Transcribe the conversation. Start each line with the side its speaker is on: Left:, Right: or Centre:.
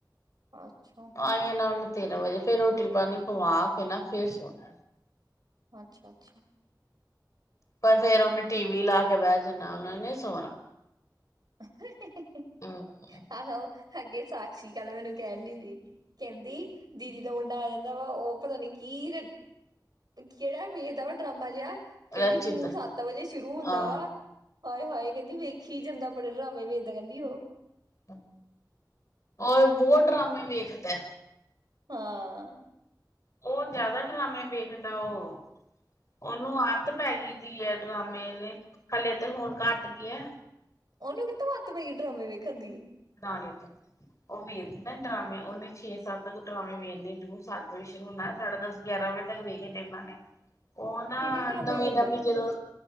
Right: ਅੱਛਾ!
Left: ਆ ਜਾਣਾ ਉਹਨੇ ਤਿੰਨ ਵਜੇ, ਫਿਰ ਰੋਟੀ ਪਾਣੀ ਖਵਾ ਕੇ ਨਾ, ਫੇਰ ਸੋਣਾ।
Right: ਅੱਛਾ-ਅੱਛਾ।
Left: ਪਰ ਫੇਰ ਉਹਨੇ ਟੀ ਵੀ ਲਾ ਕੇ ਬਹਿ ਜਾਂਣਾ, ਓਨੇ ਨੀ ਸੋਣਾ।
Right: ਹਾ ਹਾ ਹਾ ਹਾ
Left: ਹੂੰ
Right: ਆਹੋ ਅਗੇ ਸਾਕਸ਼ੀ ਕੱਲ ਮੈਨੂੰ ਕਹਿਣ ਡੀ ਸੀ, ਕਹਿੰਦੀ ਦੀ ਦੀ ਦਾ ਮੁੰਡਾ ਆ ਜਾਂਦਾ ਵਾ, ਉਹ ਪਤਾ ਨੀ ਕੀਰ, ਕਿਹੜਾ ਵੇਖਦਾ ਵਾ ਡਰਾਮਾ ਜਿਹਾ? ਕਹਿੰਦੀ
Left: ਰਚਿਤ
Right: ਜੂ ਸੱਤ ਵਜੇ ਸ਼ੁਰੂ
Left: ਹਾਂ
Right: ਹੁੰਦਾ ਵਾ ਹਾਏ-ਹਾਏ ਕਹਿੰਦੀ ਵੇਖੀ ਜਾਂਦਾ, ਬੜੇ ਡਰਾਮੇ ਵੇਖਦਾ ਕਹਿੰਦੀ ਓ।
Left: ਹੂੰ, ਔ ਬਹੁਤ ਡਰਾਮੇ ਵੇਖਦਾ।
Right: ਹਾਂ।
Left: ਓ ਜਿਆਦਾ ਡਰਾਮੇ ਵੇਖਦਾ ਓ। ਉਹਨੂੰ ਆਦਤ ਪੈ ਗਈ ਦੀ ਐ ਡਰਾਮੇ ਦੇ, ਹਲੇ 'ਤੇ ਹੁਣ ਘੱਟ ਗਿਆ।
Right: ਓਨੂੰ ਕਿੱਥੋਂ ਆਦਤ ਪਈ ਏ ਡਰਾਮੇ ਵੇਖਣ ਦੀ?
Left: ਡਾਲੈਕੇ। ਓ ਵੇਖਦਾ ਡਰਾਮੇ, ਓਨੇ ਛੇ-ਸਤ ਕੁ ਡਰਾਮੇ ਵੇਨੇ ਜੂ ਸੱਤ ਵਜੇ ਸ਼ੁਰੂ ਹੋਣਾ ਸਾਢੇ ਦਸ ਗਿਆਰਾਂ ਵਜੇ ਤੱਕ ਵੇਖੇ ਦੇ ਉਨਾਂ ਨੇ।
Right: <unintelligible>
Left: ਉਹ ਨਾ
Right: ਕਿਹੜੇ ਡਰਾਮੇ
Left: ਨਵੀਂ-ਨਵੀਂ
Right: ਵੇਖਦਾ
Left: ਜਦੋਂ